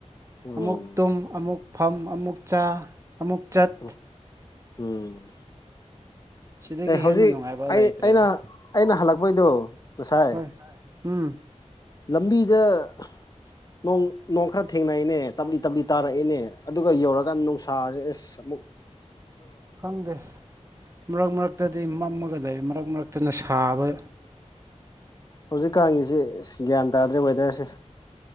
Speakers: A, on the left; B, on the right.
A: ꯎꯝ
B: ꯑꯃꯨꯛ ꯇꯨꯝ ꯑꯃꯨꯛ ꯐꯝ ꯑꯃꯨꯛ ꯆꯥ ꯑꯃꯨꯛ ꯆꯠ
A: ꯎ ꯎꯝ
B: ꯁꯤꯗꯒꯤ
A: ꯑꯦ ꯍꯧꯖꯤꯛ
B: ꯍꯦꯟꯅ ꯅꯨꯡꯉꯥꯏꯕ
A: ꯑꯩ
B: ꯂꯩꯇ꯭ꯔꯦꯗ
A: ꯑꯩꯅ ꯑꯩꯅ ꯍꯜꯂꯛꯄꯩꯗꯣ ꯉꯁꯥꯏ
B: ꯍꯣꯏ ꯎꯝ
A: ꯂꯝꯕꯤꯤꯗ ꯅꯣꯡ ꯅꯣꯡ ꯈꯔ ꯊꯦꯡꯅꯩꯅꯦ ꯇꯞꯂꯤ ꯇꯞꯂꯤ ꯇꯥꯔꯛꯏꯦꯅꯦ ꯑꯗꯨꯒ ꯌꯧꯔꯀꯥꯟ ꯅꯨꯡꯁꯥꯁꯦ ꯑꯦꯁ ꯃꯨꯛ
B: ꯈꯪꯗꯦ ꯃꯔꯛ ꯃꯔꯛꯇꯗꯤ ꯐ ꯑꯃꯒꯗ ꯃꯔꯛ ꯃꯔꯛꯇꯅ ꯁꯥꯕ
A: ꯍꯧꯖꯤꯛꯀꯥꯟꯒꯤꯁꯤ ꯒ꯭ꯌꯥꯟ ꯇꯥꯗ꯭ꯔꯦ ꯋꯦꯗꯔꯁꯦ